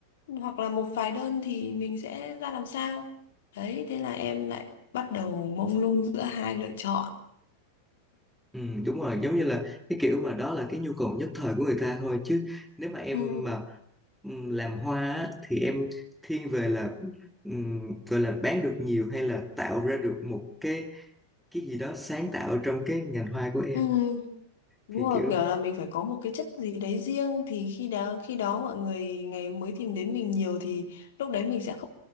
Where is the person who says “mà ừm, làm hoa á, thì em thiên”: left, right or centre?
Centre